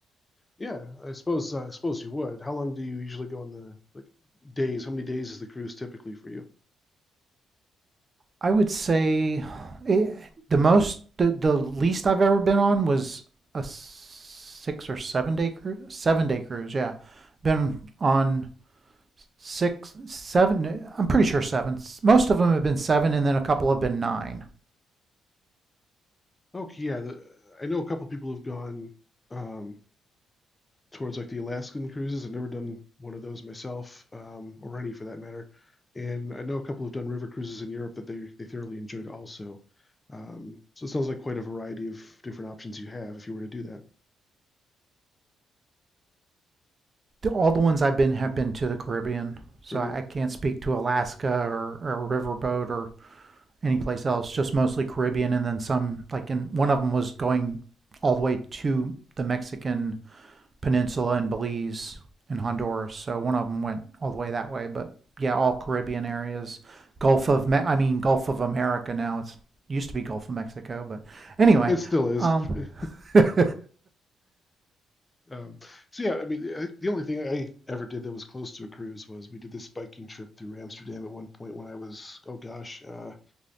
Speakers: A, on the left (about 20°); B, on the right (about 35°).
A: Yeah, I suppose uh, I suppose you would. How long do you usually go on the like days? How many days is the cruise typically for you?
B: I would say it, the most the, the least I've ever been on was a six or seven day cruise. Seven day cruise, yeah. Been on six, seven. I'm pretty sure seven. Most of them have been seven, and then a couple have been nine.
A: Okay, yeah, the, I know a couple people have gone um, towards like the Alaskan cruises. I've never done one of those myself, um, or any for that matter. And I know a couple have done river cruises in Europe that they they thoroughly enjoyed also. Um, so it sounds like quite a variety of different options you have if you were to do that.
B: All the ones I've been have been to the Caribbean, so
A: Caribbean.
B: I I can't speak to Alaska or, or riverboat or anyplace else, just mostly Caribbean, and then some like in one of them was going all the way to the Mexican peninsula in Belize and Honduras. So one of them went all the way that way, but yeah, all Caribbean areas, Gulf of Me- I mean Gulf of America now. It's used to be Gulf of Mexico, but anyway,
A: It still is.
B: um,
A: <laughs>
B: <laughs>
A: Um, so yeah, I mean, I, the only thing I ever did that was close to a cruise was we did this biking trip through Amsterdam at one point when I was, oh gosh, uh,